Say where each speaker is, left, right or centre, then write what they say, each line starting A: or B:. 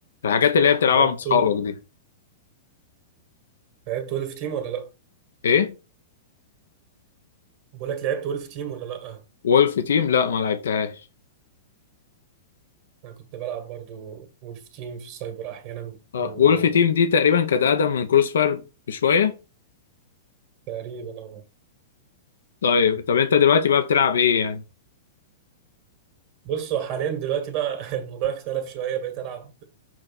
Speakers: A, on the left; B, on the right.
A: الحاجات اللي هي بتلعبها
B: ولعبت
A: مع اصحابك
B: ول-
A: دي
B: لعبت ولف تيم ولا لا
A: ايه
B: بقول لك لعبت ولف تيم ولا لا
A: وولف تيم لا ما لعبتهاش
B: انا كنت بلعب برضو ولف تيم في السايبر احيانا
A: اه
B: و-
A: وولف تيم دي تقريبا كانت اقدم من كروس فاير بشويه
B: تقريبا اه
A: طيب طب انت دلوقتي بقى بتلعب ايه يعني
B: بصوا حاليا دلوقتي بقى <laughs> الموضوع اختلف شويه بقيت العب